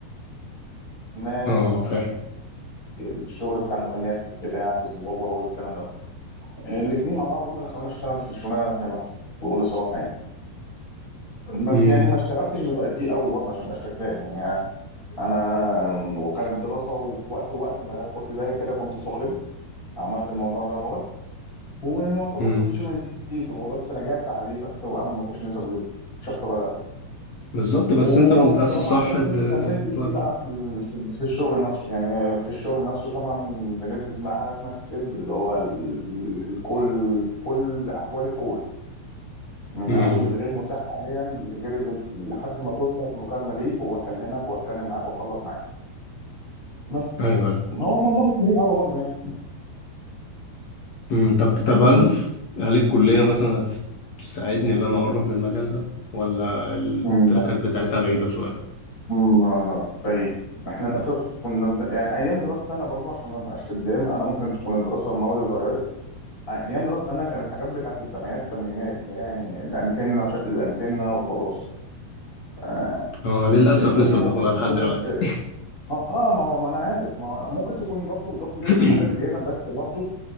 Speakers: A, on the left; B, on the left.
A: المكالمات
B: اه
A: وفي
B: فاهم
A: الشغل بتاع المكالمات بتاع التصميمات والكلام ده الاثنين مع بعض هم اللي خلوني اشتغل في الشغلانه اللي انا فيها دلوقتي بكل صراحه يعني بس
B: امم
A: يعني ما اشتغلتش بالاي تي قوي برضه عشان ما ابقاش كداب يعني انا وكانت دراسه ووقت وقت ما كنت زي كده كنت طالب عملت الموضوع دوت ويعتبر
B: امم
A: كنت شبه نسيته وبس رجعت عليه بس وقبل ما اخش الانترفيو مش اكتر ولا اقل
B: بالظبط بس
A: والصراحه
B: انت لو متأسس صح
A: كمل
B: ب-
A: كملت
B: بتودي
A: فيه بقى في ال- في الشغل نفسه يعني في الشغل نفسه طبعا بندرس بقى حاجه اسمها السيب اللي هو ال- ال- الكل كل احوال الكل من
B: امم
A: اول غير متاح حاليا لغير اللي لحد ما توصل المكالمه ليك واكلمك واتكلم معاك واخلص معاك بس
B: ايوه ايوه
A: ما هو الموضوع مش كبير قوي برضه يعني
B: امم طب
A: <laughs>
B: طب هل هل الكلية مثلا هتساعدني ان انا اقرب من المجال ده ولا التراكات
A: م-
B: بتاعتها بعيدة شوية
A: م- لا بعيد احنا للاسف كنا بن- يعني ايام دراستي انا برضو عشان ما ابقاش كدام انا ممكن تكون الدراسه المواد اتغيرت ايام دراستي انا كانت حاجات بتاعت السبعينات والثمانينات اللي هي يعني الانتنه وشكل الانتنه وخلاص آه،
B: اه للأسف
A: الدنيا
B: لسه
A: ممكن
B: بناخدها
A: تكون
B: لحد دلوقتي
A: اخ- اه ما ما انا عارف ما ممكن تكون ضافوا ضافوا ليها
B: <laughs>
A: شويه حاجات زياده بس برضو